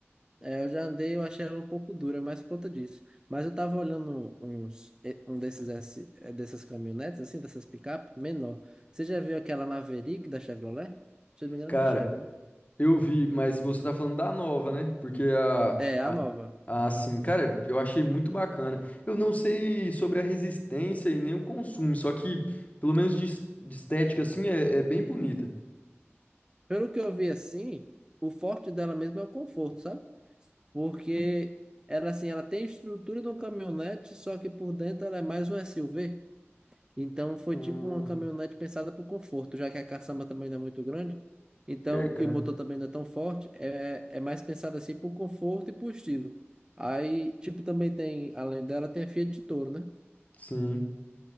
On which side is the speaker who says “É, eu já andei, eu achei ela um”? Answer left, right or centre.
Right